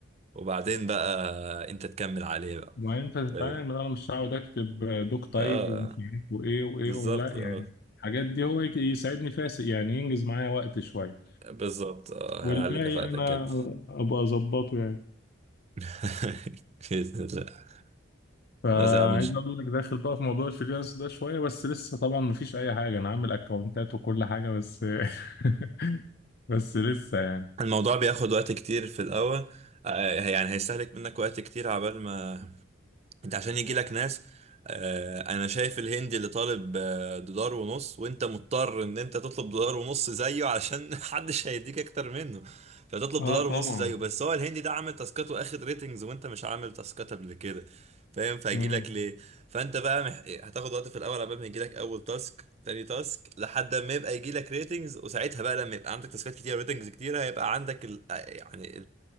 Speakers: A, on the right; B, on the left.
A: وبعدين بقى أنت تكمل عليه بقى
B: ما انت تتعامل
A: أه
B: انا مش هقعد اكتب دوك تايب
A: آه،
B: ومش عارف وايه وايه
A: بالظبط
B: ولا
A: أه
B: يعني الحاجات دي هو يك- يساعدني فيها يعني ينجز معايا وقت شويه
A: بالظبط أه
B: والباقي
A: هيعلي كفاءتك
B: انا
A: جدا
B: ابقى اظبطه يعني
A: <laughs> بإذن الله
B: فعايز
A: بس يا عم
B: اقول لك داخل بقى في موضوع الفريلانس ده شويه بس لسه طبعا مفيش اي حاجه انا عامل اكونتات وكل حاجه بس <laughs> بس لسه يعني
A: الموضوع بياخد وقت كتير في الأول آه، يعني هيستهلك منك وقت كتير عبال ما انت عشان يجي لك ناس آه، انا شايف الهندي اللي طالب آه، دولار ونص وانت مضطر ان انت تطلب دولار ونص زيه علشان <laughs> محدش هيديك اكتر منه فتطلب
B: اه
A: دولار
B: طبعا
A: ونص زيه بس هو الهندي ده عامل تاسكات واخد ريتنجز وانت مش عامل تاسكات قبل كده فاهم فهيجي
B: مم.
A: لك ليه فانت بقى مح... هتاخد وقت في الاول قبل ما يجي لك اول تاسك تاني تاسك لحد ما يبقى يجي لك ريتنجز وساعتها بقى لما يبقى عندك تاسكات كتير ريتنجز كتير هيبقى عندك ال... يعني